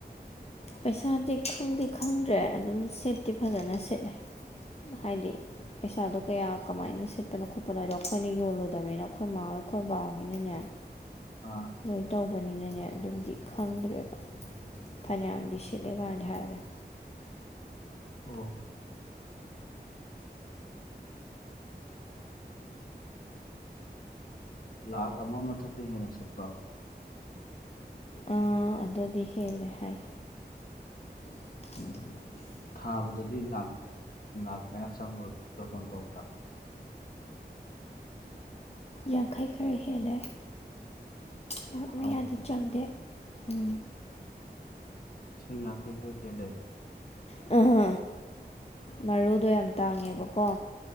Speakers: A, on the left; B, on the left.
A: ꯄꯩꯁꯥꯗꯤ ꯈꯪꯗꯤ ꯈꯪꯗ꯭ꯔꯦ ꯑꯗꯨꯝ ꯁꯤꯠꯇꯤ ꯐꯖꯅ ꯁꯤꯠꯂꯦ ꯍꯥꯏꯗꯤ ꯄꯩꯁꯥꯗꯣ ꯀꯌꯥ ꯀꯃꯥꯏꯅ ꯁꯤꯠꯄꯅꯣ ꯈꯣꯠꯄꯅꯣ ꯍꯥꯏꯗꯣ ꯑꯈꯣꯏꯅ ꯌꯣꯜꯂꯨꯗꯕꯅꯤꯅ ꯑꯈꯣꯏ ꯃꯥꯥꯍꯣꯏ ꯑꯈꯣꯏ ꯕꯥ ꯍꯣꯏꯅꯅꯦ
B: ꯑꯥ
A: ꯂꯣꯏ ꯇꯧꯕꯅꯤꯅꯅꯦ ꯑꯗꯨꯝꯗꯤ ꯈꯪꯗ꯭ꯔꯦꯕ ꯐꯅꯌꯥꯝ ꯁꯤꯠꯂꯦꯀꯥꯏꯗꯤ ꯍꯥꯏꯕꯅꯤ
B: ꯑꯣ ꯂꯥꯛ ꯑꯃ ꯃꯊꯛꯇ ꯍꯦꯟꯅ ꯁꯤꯠꯄ꯭ꯔꯣ
A: ꯑ ꯑꯗꯨꯗꯤ ꯍꯦꯜꯂꯦ ꯍꯥꯏ <unintelligible>
B: ꯊꯥꯕꯗꯗꯤ ꯂꯥꯛ ꯂꯥꯛ ꯃꯌꯥ ꯆꯪꯕ꯭ꯔꯣ ꯑꯗꯨꯝ ꯖꯣꯇꯣꯟ ꯇꯧꯕꯗ
A: ꯌꯥꯡꯈꯩ ꯈꯔ ꯍꯦꯜꯂꯦ ꯂꯥꯛ
B: ꯊꯥꯕꯗꯗꯤ
A: ꯃꯌꯥꯗꯤ ꯆꯪꯗꯦ ꯎꯝ
B: ꯂꯤꯁꯤꯡ ꯌꯥꯡꯈꯩ ꯈꯔ ꯍꯦꯜꯂꯦꯕ
A: ꯑ ꯃꯔꯨꯗꯣ ꯌꯥꯝ ꯇꯥꯡꯉꯦꯕꯀꯣ